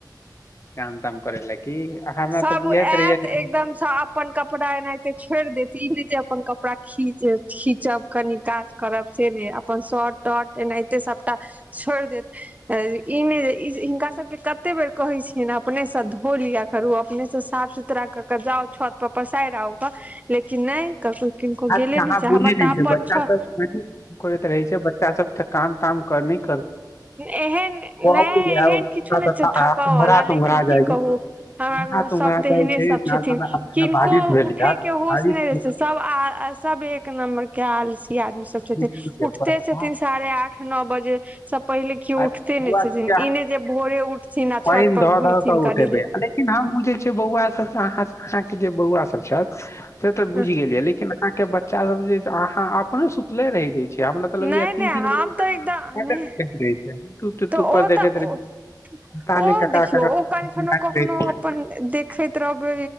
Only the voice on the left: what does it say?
काम ताम <unintelligible> हमरा
तऽ बुझाइत
रहैया
जे
आ
बोले
नहि छै
बच्चा
सब करैत रहै छै इ सब ठ काम ताम करनि
अबैया
ओंघरा
तोंघरा
जाइया
ओंघरा
तोंघरा
जाइ छै
नाला
मे
बारिश भेल
या बारिश
मे
अर
बुआ
सबके
अहाँ
पैन
धऽ
ध क उठेबे
लेकिन हम <unintelligible> बहुआ सब अहाँ सब आहा के जे बौआ सब छथि से तऽ
बुझि गेल या लेकिन अहाँ के बच्चा सब जे अहाँ अपने सुतले रहहि जाय छीै अपने तऽ लग
य तीन
तीन
बजे
तक
<unintelligible> त्यूट्यूब
पर देखैत
रहै
छै पता
नहि ककरा
ककरा
बतियाइत
रहै छियै।